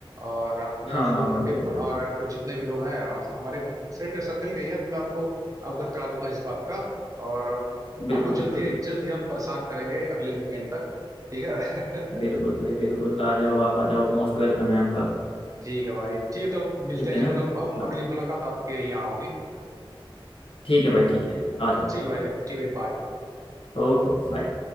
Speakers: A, on the right (about 40°); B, on the left (about 75°).
A: और आपको मैं
B: हाँ
A: फोन
B: हाँ हाँ
A: करके
B: बिल्कुल
A: और
B: बिल्कुल
A: या फिर जितने भी लोग हैं और हमारे फ्रेंड सर्कल के ही हैं तो मैं आपको अवगत करा दूंगा इस बात का और
B: बिल्कुल
A: आपको
B: बिल्कुल
A: जल्द ही
B: बिल्कुल
A: जल्द ही हम परेशान करेंगे अगले वीकेंड तक ठीक है
B: बिल्कुल भाई बिल्कुल आ जाओ आप आ जाओ मोस्ट वेलकम है आपका
A: <laughs> ठीक है भाई ठीक है तब मिलते
B: ठीक
A: हैं
B: है
A: जरूर
B: ना
A: अब अब
B: हाँ
A: अगली मुलाकात आपके यहाँ होगी
B: ठीक है भाई ठीक है आ जाओ
A: ठीक है भाई ठीक है भाई बाय
B: Okay bye